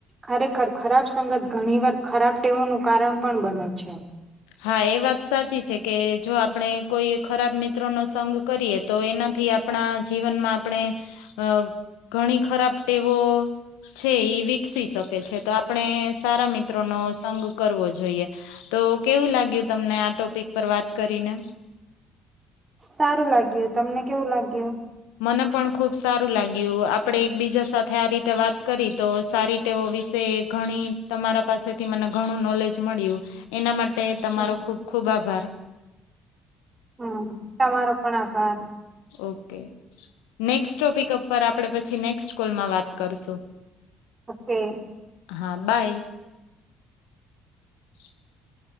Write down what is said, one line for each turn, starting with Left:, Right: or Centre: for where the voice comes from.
Right: ખરેખર ખરાબ સંગત ઘણી વાર ખરાબ ટેવોનું કારણ પણ બને છે.
Left: હા એ વાત સાચી છે કે જો આપણે કોઈ ખરાબ મિત્રોનો સંઘ કરીએ તો એનાથી આપણા જીવનમાં આપણે અ ઘણી ખરાબ ટેવો છે ઈ વિકસી શકે છે તો આપણે સારા મિત્રોનો સંગ કરવો જોઈએ તો કેવું લાગ્યું? તમને આ ટોપિક પર વાત કરીને.
Right: સારું લાગ્યું. તમને કેવું લાગ્યું?
Left: મને પણ ખુબ સારું લાગ્યું, આપડે એકબીજા સાથે આ રીતે વાત કરી તો સારી ટેવો વિશે બે ઘણી તમારા પાસેથી મને ઘણું નોલેજ મળ્યું, એના માટે તે તમારો
Right: હમ
Left: ખુબ ખુબ આભાર.
Right: હમ, તમારો પણ આભાર.
Left: ઓકે. નેક્સ્ટ ટોપિક અપર આપડે પછી નેક્સ્ટ કોલમાં વાત કરશું.
Right: ઓકે.
Left: હા, બાય. <inaudible>